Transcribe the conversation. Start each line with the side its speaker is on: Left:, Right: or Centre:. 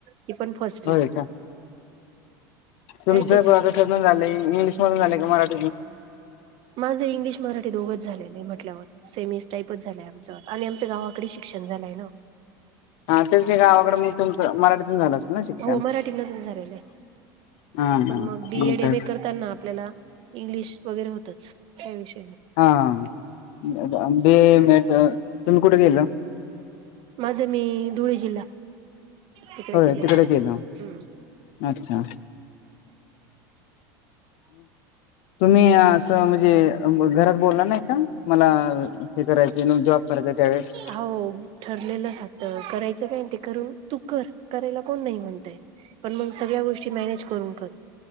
Right: ती पण फर्स्टला
Left: होय
Right: आहे
Left: का तुमच
Right: काय
Left: <inaudible> कस
Right: तेच
Left: झालंय. इंग्लिश मधून झाले का मराठी.
Right: माझं इंग्लिश मराठी दोघच झालेय नाहीं आहे म्हटल्यावर. सेमी टाईपच झालय. आमच आणि आमचं गावाकडे ही शिक्षण झालंय ना.
Left: हां तेच की गावाकडं मी तुमचं, मराठीतून झालं अस् ना शिक्षण.
Right: हो मराठीतून झालेलं आहे
Left: हा
Right: पण
Left: हा
Right: मंग बी
Left: मग
Right: एड
Left: काय
Right: एम ए करताना आपल्याला इंग्लिश वगैरे होतंच. त्या विष
Left: हां ब अब आंबे
Right: असं.
Left: म तुम्ही कुठे गेल
Right: माझं, मी धुळे जिल्हा. तिकडे
Left: होय
Right: केलेलं
Left: तिकडेच
Right: आहे
Left: येल,
Right: हम्म
Left: अच्छा. तुम्ही आंस् त म्हणजे घरात बोलला नाही का? मला हे करायचे जॉब करायचा त्यावेळेस
Right: हो ठरलेलं जातं कराय च बंद करू. तू कर, करायला कोण नाही म्हणतंय? पण मंग सगळ्या गोष्टी मॅनेज करून कर.